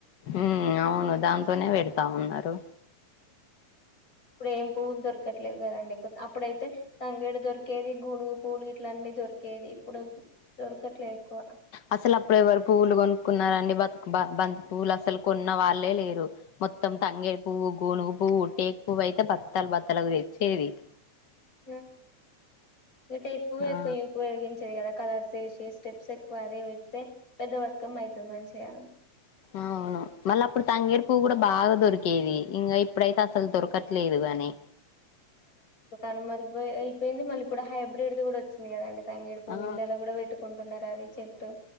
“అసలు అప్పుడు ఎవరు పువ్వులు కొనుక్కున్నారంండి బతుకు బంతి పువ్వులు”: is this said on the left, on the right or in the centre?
Left